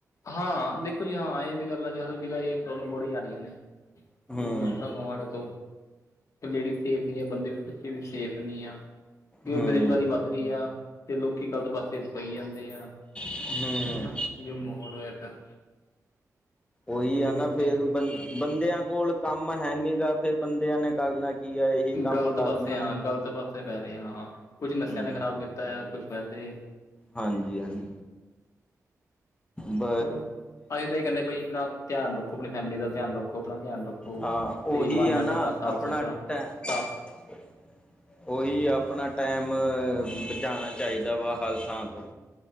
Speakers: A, on the left; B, on the left.
A: ਹਾਂ ਦੇਖੋ ਜੀ ਹਾਂ। ਇਹ ਵੀ ਗੱਲ ਆ ਜੀ ਹਰ ਜਗ੍ਹਾ ਇਹ ਪ੍ਰੋਬਲਮ ਬੜੀ ਆ ਰਹੀਆਂ ਨੇ।
B: ਹੂੰ
A: ਲਟਤਾ ਖਵਾੜੇ ਤੋਂ <unintelligible> ਲੇਡੀਜ਼ ਸੇਫ ਨਹੀ ਆ, ਬੰਦੇ ਵੀ, ਬੱਚੇ ਸੇਫ ਨਹੀ ਆ। ਕਿ
B: ਹੂੰ
A: ਵੱਧ ਰਹੀ ਆ ਤੇ ਲੋਕੀ ਗਲਤ ਪਾਸੇ ਪਈ ਜਾਂਦੇ ਆ
B: ਹੂੰ
A: ਹਨਾ। ਜੋ ਮਾ ਹੋਲ ਹੋਇਆ ਪਿਆ।
B: ਉਹੀ
A: ਉਹਦੇ
B: ਆ
A: ਕਰਕੇ
B: ਨਾ ਫਿਰ ਬੰਦਿਆਂ ਕੋਲ ਕੰਮ ਹੈਨੀ ਗਾ। ਫੇਰ ਬੰਦਿਆਂ ਨੇ ਕਰਨਾ ਕੀ ਆ ਇਹੀ ਕੰਮ
A: ਗਲਤ
B: ਕਰਨੇ
A: ਪਾਸੇ ਹਾਂ
B: ਨੇ
A: ਗਲਤ ਪਾਸੇ। ਪੈ ਰਹੇ ਆ ਹਾਂ। ਕੁਛ ਨਸ਼ਿਆਂ
B: ਹੂੰ
A: ਨੇ ਖਰਾਬ ਕੀਤਾ ਆ, ਕੁਛ ਵੈਸੇ।
B: ਹਾਂਜੀ- ਹਾਂਜੀ। ਬ
A: ਚਲੋ, ਅਸੀ ਤਾਂ ਇਹ ਕਹਿੰਦੇ ਬਾਈ ਆਪਣਾ ਧਿਆਨ ਰੱਖੋ। ਆਪਣੀ ਫੈਮਿਲੀ ਦਾ ਧਿਆਨ ਰੱਖੋ, ਆਪਣਾ ਧਿਆਨ ਰੱਖੋ।
B: ਹਾਂ, ਹੋਈ
A: ਤੇ ਇਨਵਾਇਰਮੈਂਟ
B: ਆ ਨਾ
A: ਸਾਫ਼
B: ਆਪਣਾ
A: ਸੁਥਰਾ
B: ਟਾਈਮ।
A: ਸਾਫ਼
B: ਉਹੀ ਆਪਣਾ ਟਾਈਮ ਬਚਾਣਾ ਚਾਹੀਦਾ ਵਾ, ਹਰ ਥਾਂ ਤੋਂ।